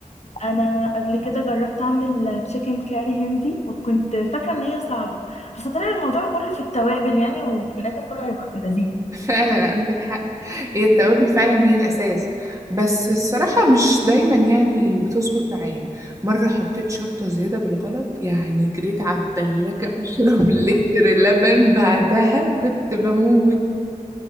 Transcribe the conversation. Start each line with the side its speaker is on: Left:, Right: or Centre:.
Left: انا قبل كده جربت اعمل تشيكن كاري هندي وكنت فاكرة ان هي صعبة بس طلع الموضوع كله في التوابل يعني وفي الاخر كله هيبقى في اللذيذ
Right: <laughs> فعلا عندك حق هي التوابل فعلا هي الأساس بس الصراحة مش دايما يعني بتظبط معايا مرة حطيت شطة زيادة بالغلط يعني جريت على التلاجة أشرب <laughs> لتر لبن بعدها كنت بموت